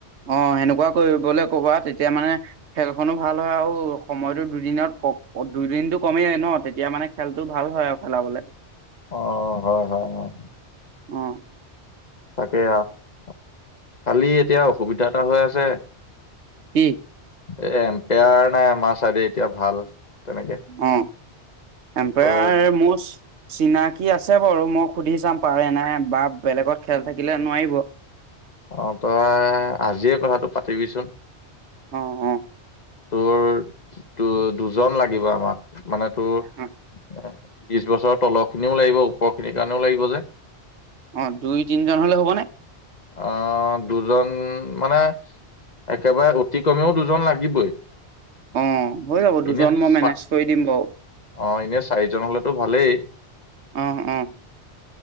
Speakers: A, on the right; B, on the left.
A: অ সেনেকুৱা কৰিবলে কবা তেতিয়া মানে খেল খনো ভাল হয় আৰু সময়তো দুদিনত দুইদিনটো কমেই ন তেতিয়া মানে খেলতটো ভাল হয় আৰু খেলাবলে।
B: অ, হয়, হয়, হয়।
A: উম।
B: তাকে আৰু কালি এতিয়া অসুবিধা এটা হৈ আছে।
A: কি?
B: এ এম্পায়াৰ নাই আমাৰ চাইডে এতিয়া ভাল। তেনেকে,
A: অ, এম্পায়াৰ
B: তই
A: মষ্ট। চিনাকি আছে বাৰু মই খুধি <unintelligible> চাম পাৰে নাই বা বেলেগত খেল থাকিলে নোৱাৰিব।
B: অ তই আজিয়ে কথাটো পাতিবিচোন।
A: অ, অ।
B: তোৰ দু দুজন লাগিব আমাক। মানে তোৰ এ
A: অ
B: বিশ বছৰৰ তলৰ খিনিও লাগিব ওপৰ খিনিৰ কাৰণেও লাগিব যে।
A: অ দুই তিনজন হলে হ'বনে।
B: আহ দুজন মানে। একেবাৰে অতি কমেও। দুজন লাগিবই।
A: অ হৈ যাব দুজন
B: এনে চ
A: মই মেনেজ কৰি দিম বাৰু
B: অ এনে চাৰিজন হলেতো ভালেই।
A: অহ অহ